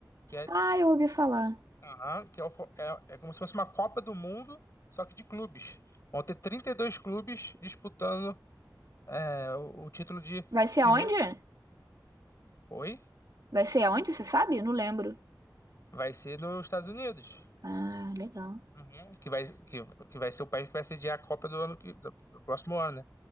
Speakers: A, on the left (about 40°); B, on the right (about 60°).
A: que é,
B: Ah, eu ouvi falar.
A: aham, que é, o fo- é- é como se fosse uma Copa do Mundo, só que de clubes. Vão ter 32 clubes disputando é, o, o título de
B: Vai ser
A: primeiro.
B: aonde?
A: Oi?
B: Vai ser aonde, você sabe? Eu não lembro.
A: Vai ser nos Estados Unidos.
B: Ah, legal.
A: Uhum. Que vai, que, que vai ser o país que vai sediar a Copa do ano que- do, do próximo ano, né?